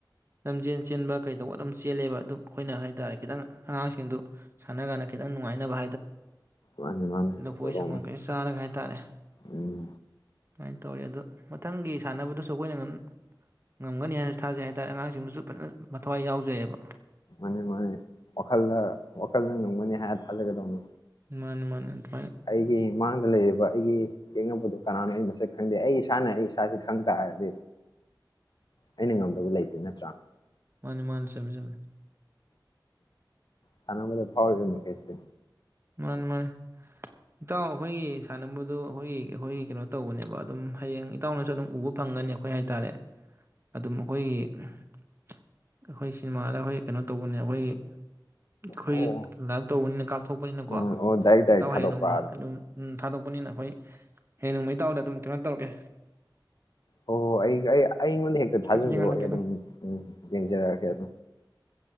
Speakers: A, on the right; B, on the left.
A: ꯂꯝꯖꯦꯜ ꯆꯦꯟꯕ ꯀꯩꯇꯧꯕ ꯑꯗꯨꯝ ꯆꯦꯜꯂꯦꯕꯥ ꯑꯗꯨ ꯑꯩꯈꯣꯏ ꯅꯥ ꯍꯥꯏꯇꯔꯦ ꯈꯤꯇꯪ ꯑꯉꯥꯟ ꯁꯤꯡ ꯗꯨ ꯁꯅꯒꯟꯗ ꯈꯤꯇꯥꯪ ꯅꯨꯪꯉꯥꯏꯅꯕ
B: ꯃꯥꯅꯤ ꯃꯥꯅꯤ
A: ꯂꯥꯐꯣꯏ
B: ꯄꯣꯔꯣꯝꯅꯤ
A: ꯁꯟꯒꯣꯝ ꯀꯩ ꯆꯔꯒꯥ ꯍꯥꯏꯠꯔꯦ
B: ꯎꯝ
A: ꯁꯨꯃꯥꯏ ꯇꯥꯔꯦ ꯑꯗꯨ ꯃꯊꯪ ꯒꯤ ꯁꯥꯟꯅꯕ ꯑꯩꯈꯣ ꯑꯩꯈꯣꯅ ꯉꯝꯒꯅꯤ ꯊꯥꯖꯩ ꯍꯥꯏꯇꯥꯔꯦ ꯑꯉꯥꯡ ꯁꯤꯡ ꯗꯨꯁꯨ ꯑꯗꯨꯝ ꯐꯥꯖꯅꯥ ꯃꯊꯋꯥꯏ ꯌꯦꯖꯩ ꯕ
B: ꯃꯥꯅꯤ ꯃꯥꯅꯤ ꯋꯥꯈꯜꯗ ꯋꯥꯈꯜꯗ ꯉꯝꯒꯅꯤ ꯍꯥꯏꯔ ꯊꯥꯖꯒꯗꯧꯅꯤ
A: ꯃꯅꯤ ꯃꯅꯤ
B: ꯑꯩꯒꯤ ꯃꯥꯡꯗ ꯂꯩꯔꯤꯕ ꯑꯩꯒꯤ ꯌꯦꯛꯅꯕꯗꯨ ꯀꯅꯥꯅꯣ ꯃꯁꯛ ꯀꯨꯪꯗꯦ ꯑꯩ ꯏꯁꯥꯅ ꯏꯁꯥꯁꯤ ꯀꯨꯪꯇꯔꯦ ꯑꯩꯅꯥ ꯉꯝꯗꯕ ꯃꯤ ꯂꯩꯇꯦ ꯅꯠꯔꯥ
A: ꯃꯥꯅꯤ ꯃꯥꯅꯤ ꯆꯨꯝꯃꯤ ꯆꯨꯝꯃꯤ
B: ꯁꯥꯅꯕꯗꯥ ꯐꯥꯎꯔꯤꯕ ꯃꯈꯩꯁꯤ
A: ꯃꯥꯅꯤ ꯃꯥꯅꯤ ꯏꯇꯥꯎ ꯑꯩꯈꯣꯌꯒꯤ ꯁꯅꯕꯗꯨ ꯑꯩꯈꯣꯌꯒꯤ ꯑꯩꯈꯣꯌꯒꯤ ꯀꯩꯅꯣ ꯇꯧꯕꯅꯦꯕꯥ ꯢꯇꯧ ꯅꯥꯁꯨ ꯑꯗꯨꯝ ꯎ ꯕ ꯐꯪꯒꯅꯤ ꯍꯥꯢꯇꯔꯦ ꯑꯩꯈꯣꯌꯒꯤ ꯁꯤꯅꯤꯃꯥ ꯗ ꯀꯅꯣ ꯇꯧꯕꯅꯤ ꯑꯩꯈꯣꯌꯒꯤ ꯑꯩꯈꯣꯏꯒꯤ
B: ꯑꯣ
A: ꯂꯥꯏꯞ ꯇꯧꯕꯅꯤꯅ ꯀꯥꯞꯊꯣꯛ ꯊꯣꯛ ꯄꯥꯅꯤꯅꯥꯀꯣ
B: ꯑꯣ ꯑꯣ ꯗꯥꯏꯔꯦꯛ ꯗꯥꯏꯔꯦꯛ
A: ꯢꯇꯩ ꯍꯥꯌꯦꯡ
B: ꯊꯥꯗꯣꯛꯄ
A: ꯅꯣꯡꯃ ꯑꯗꯨꯝ ꯊꯗꯣꯛ ꯄꯥꯅꯤꯅꯥ ꯍꯌꯦꯟ ꯏꯇꯧ ꯗ ꯑꯗꯨꯝ ꯀꯔꯤꯅꯣ ꯇꯧꯔꯛ ꯀꯦ
B: ꯍꯣ ꯍꯣ ꯑꯩ ꯑꯩ ꯑꯩꯉꯣꯟꯗꯥ ꯍꯦꯛ ꯇꯥ ꯊꯖꯤꯟꯕꯤꯔꯡ
A: ꯌꯦꯡꯍꯜꯂꯛꯀꯦ
B: ꯑꯣ
A: ꯑꯗꯨꯝ
B: ꯌꯦꯡ ꯖꯔꯛ꯫ ꯑ ꯒꯦ